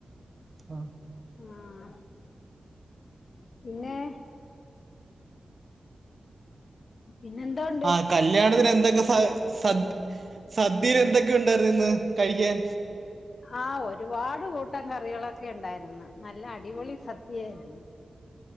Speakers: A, on the right; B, on the left.
A: ആഹ്
B: ആഹ് പിന്നെ പിന്നെ എന്തൊട്
A: ആഹ് കല്യാണത്തിന് എന്തൊക്കെ സ സദ് സദ്യേൽ എന്തൊക്കെയുണ്ടായിരുന്നു ഇന്ന് കഴിക്കാൻ?
B: ആഹ് ഒരുപാട് കൂട്ടം കറികളൊക്കെണ്ടായിരുന്ന് നല്ല അടിപൊളി സദ്യയാരുന്ന്